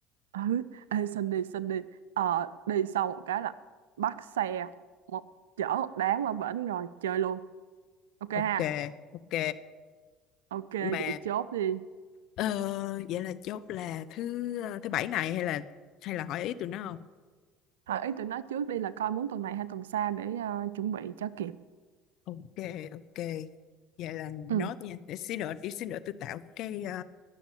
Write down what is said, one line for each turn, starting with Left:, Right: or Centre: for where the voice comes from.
Right: ừ ê xin đi xin đi ờ đi sau một cái là bắt xe một chở một đám qua bển rồi chơi luôn ok ha
Left: ok ok
Right: ok
Left: mà
Right: vậy chốt đi
Left: Ờ, vậy là chốt là thứ thứ bảy này hay là hay là hỏi ý tụi nó không?
Right: hỏi ý tụi nó trước đi là coi muốn tuần này hay tuần sau để ờ, chuẩn bị cho kịp
Left: Ok, ok. Vậy là nốt
Right: ừ
Left: nha. Để xí nữa, đi xí nữa tôi tạo cái ờ,